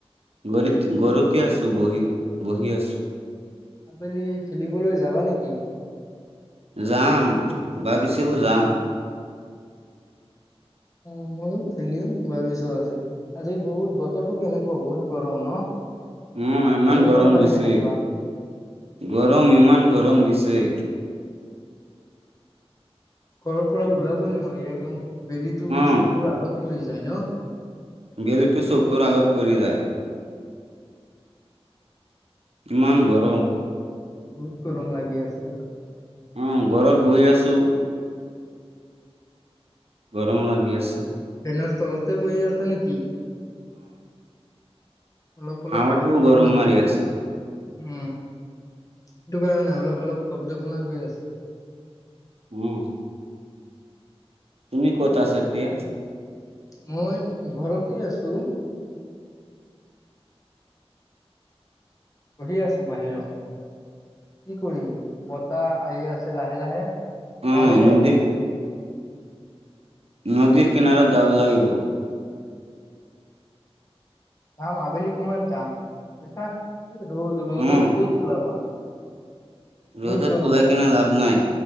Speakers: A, on the right; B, on the left.
A: গলীত-ঘৰতে আছো বহি। বহি আছো।
B: আবেলি খেলিবলৈ যাবা নেকি?
A: যাম, ভাবিছিলো যাম।
B: অ', ময়ো খেলিম ভাবিছো আজি। আজি বহুত বতৰটো কেনেকুৱা, বহুত গৰম ন?
A: উম ইমান
B: তোমালোকৰ
A: গৰম
B: ফালে
A: দিছে,
B: কেনেকুৱা
A: গৰম ইমান গৰম দিছে। ছে
B: ঘৰৰ পৰা ওলাবই নোৱাৰি একদম বেলি টো
A: অ'
B: চকুৰ আগত। পৰি যায় ন?
A: বেলিটো চকুৰ আগত পৰি যায়। কিমান গৰম?
B: বহুত গৰম লাগি আছে আৰু
A: উম্, ঘৰত বহি আছু। গৰম লাগি আছে।
B: ফেনৰ তলতে বহি আছা নেকি? অলপ অলপ
A: হাৱা
B: শব্দ
A: টোও গৰম
B: শুনা গৈ
A: মাৰি আছে।
B: উম ইটো কাৰণে অলপ অলপ শব্দ শুনা গৈ আছে।
A: উম তুমি ক'ত আছা তিয়া
B: মই ঘৰতে আছো। বহি আছো বাহিৰত কি কৰিম বতাহ আহি আছে লাহে লাহে
A: অ'
B: ভালেই লাগি
A: নদীৰ
B: আছে।
A: নদীৰ কিনাৰত যাব লাগিব
B: যাম আবেলি সময়ত যাম বুইছা ৰ'দ ৰ'দত
A: উম,
B: ক'ত ওলাবা বহুত
A: ৰ'দত
B: গৰম
A: ওলাই
B: মাৰি
A: কেনে
B: আছে।
A: লাভ নাই,